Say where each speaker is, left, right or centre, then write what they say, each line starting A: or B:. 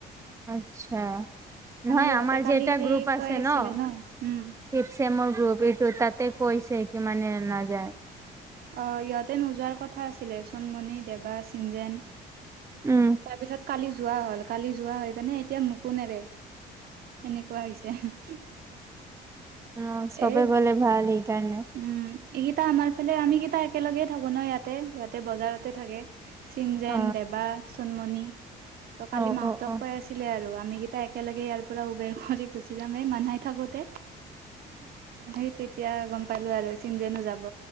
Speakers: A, on the right (about 15°); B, on the right (about 65°).
A: আচ্ছা নহয়
B: সিহঁতে
A: আমাৰ
B: কালি
A: যে এটা
B: সেই
A: গ্ৰুপ আছে
B: কৈ আছিলে
A: ন
B: উম
A: ছেমোৰ গ্ৰুপ এইটো তাতে কৈছে কি মানে নাযায়।
B: অ', ইহঁতে নোযোৱাৰ কথা আছিলে চোনমণি, দেবা, চিনজেন।
A: উম।
B: তাৰপিছত কালি যোৱা হ'ল কালি যোৱা হৈ কেনে এতিয়া মোকো নেৰে। সেনেকুৱা হৈছে।
A: উম, চবেই
B: এ
A: গলে ভাল সেইকাৰণে।
B: উম, এইকেইটা আমাৰ ফালে আমিকেইটা একেলগেই থাকোঁ ন' ইয়াতে সিহঁতে বজাৰতে থাকে। চিনযেন,
A: অ
B: দেবা, চুনমণি ত' কালি
A: অ
B: মাহতক
A: অ অ
B: কৈ আছিলে আৰু আমি কেইটা একেলগে ইয়াৰ পৰা উবেৰ কৰি গুচি যাম এই মানহাই থাকোঁতে। সেই তেতিয়া গম পালো আৰু চিনযেনো যাব,